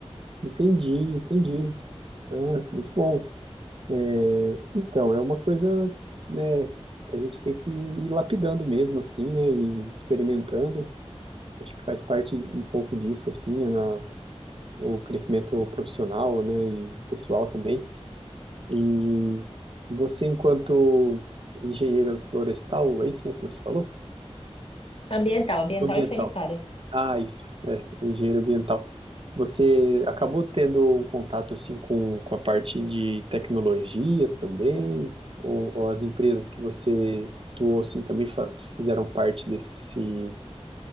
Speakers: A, on the right; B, on the left.
A: Entendi, entendi. Ah, muito bom. É, então, é uma coisa, né? A gente tem que ir lapidando mesmo, assim, né? E experimentando. Acho que faz parte um pouco disso, assim, na, o crescimento profissional, né? E pessoal também. E você, enquanto engenheiro florestal, é isso, né, que você falou?
B: Ambiental, ambiental
A: Ambiental.
B: e sanitária.
A: Ah, isso, é, engenheiro ambiental. Você acabou tendo um contato assim com, com a parte de tecnologias também? Ou, ou as empresas que você atuou assim também fa- fizeram parte desse,